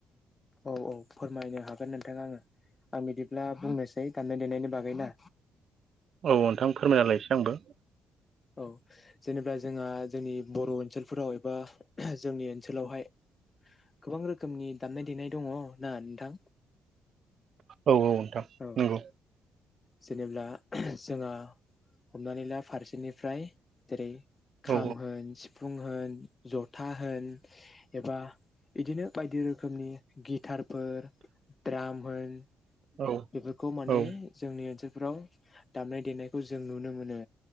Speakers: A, on the left (about 30°); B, on the right (about 55°).
A: औ औ फोरमायनो हागोन नोंथाङा आङो आं बिदिब्ला बुंनोसै दामनाय देनायनि बागै ना?
B: औ नोंथां फोरमायना होलेय इसे आंनोबो ।
A: औ जेनेबा। जोंहा जोंनि बर' ओनसोलफोराव एबा जोंनि ओनसोलावहाय। गोबां रोखोमनि दामनाय देनाय दङ' ना नोंथां।
B: औ औ नोंथां
A: औ
B: नंगौ।
A: जेनेब्ला जोंहा हमनानै ला फारसेनिफ्राय जेरै। खाम
B: औ
A: होन सिफुं होन जथा होन एबा इदिनो बायदि रोखोमनि गिटारफोर द्राम होन
B: औ
A: बेफोरखौ माने
B: औ
A: जोंनि ओनसोल फोराव दामनाय देनायखौ जों नुनो मोनो